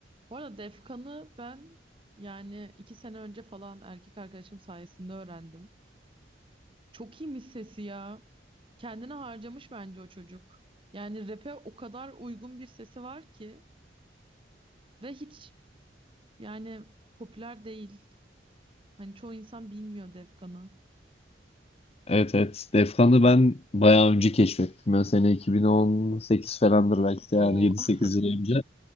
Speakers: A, on the right; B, on the left.
A: Bu arada Defkan'ı ben yani iki sene önce falan erkek arkadaşım sayesinde öğrendim. Çok iyiymiş sesi ya. Kendini harcamış bence o çocuk. Yani rap'e o kadar uygun bir sesi var ki ve hiç yani popüler değil. Hani çoğu insan bilmiyor Defkan'ı.
B: Evet evet. Defkan'ı ben bayağı önce keşfettim. Ben sene 2018 falandır belki de
A: Oo.
B: yani 7-8
A: <laughs>
B: yıl önce.